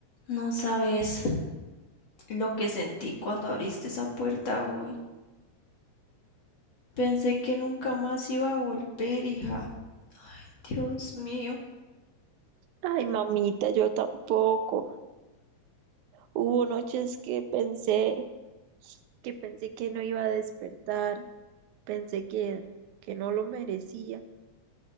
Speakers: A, on the left; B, on the right.
A: No sabes lo que sentí cuando abriste esa puerta hoy. Pensé que nunca más iba a volver, hija. Dios mío,
B: Ay, mamita, yo tampoco. Hubo noches que pensé, que pensé que no iba a despertar, pensé que, que no lo merecía.